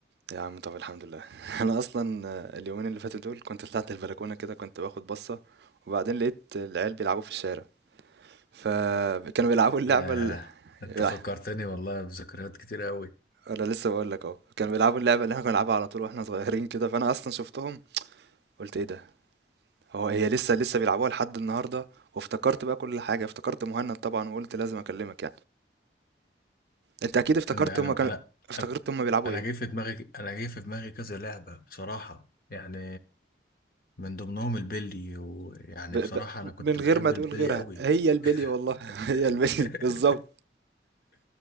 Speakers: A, on the right; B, on the left.
A: يا عم طب الحمد لله <laughs> انا اصلا آه، اليومين اللي فاتوا دول كنت طلعت البلكونه كده كنت باخد بصه وبعدين لقيت العيال بيلعبوا في الشارع فكانوا بيلعبوا اللعبه
B: ده
A: ال...
B: انت
A: لا،
B: فكرتني والله بذكريات كتير قوي
A: انا لسه بقول لك اهو كانوا بيلعبوا اللعبه اللي احنا كنا بنلعبها على طول واحنا صغيرين كده فانا اصلا شفتهم قلت ايه ده هو هي لسه لسه بيلعبوها لحد النهارده وافتكرت بقى كل حاجه افتكرت مهند طبعا وقلت لازم اكلمك أنت أكيد افتكرت
B: ان انا
A: هُم كانوا
B: انا
A: افتكرت
B: انا
A: هُم بيلعبوا
B: انا
A: إيه،
B: جاي في دماغي انا جاي في دماغي كذا لعبة بصراحة يعني من ضمنهم البلي ويعني
A: ب
B: بصراحة
A: ب
B: انا كنت
A: من غير
B: بحب
A: ما تقول
B: البلي
A: غيرها،
B: قوي
A: هي البِلي والله <laughs>
B: <laughs>
A: هي البِلي بالضبط،